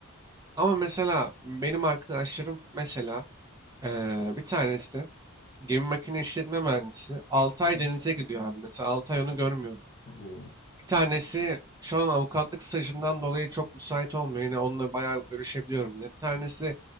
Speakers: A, on the right (about 15°); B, on the left (about 50°).
A: Ama mesela benim arkadaşlarım mesela eee, bir tanesi gemi makine işletme mühendisi 6
B: Hı
A: ay
B: hı.
A: denize gidiyor abi. Mesela 6 ay onu görmüyorum.
B: Oo.
A: Bir tanesi şu an avukatlık stajından dolayı çok müsait olmuyor. Yine onunla bayağı görüşebiliyorum yine. Bir tanesi